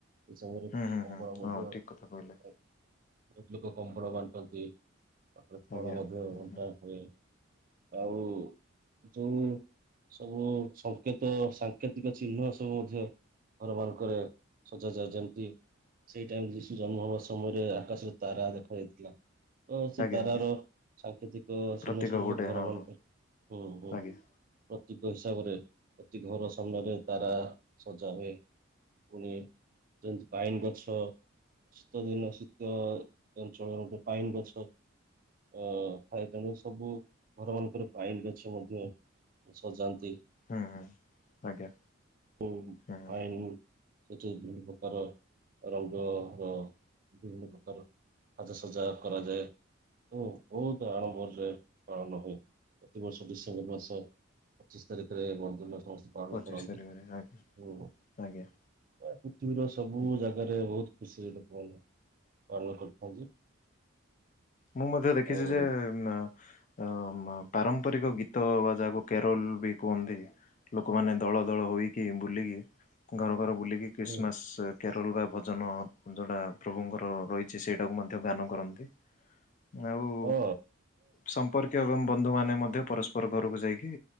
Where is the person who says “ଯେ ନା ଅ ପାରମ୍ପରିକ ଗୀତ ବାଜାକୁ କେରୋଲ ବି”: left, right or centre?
Left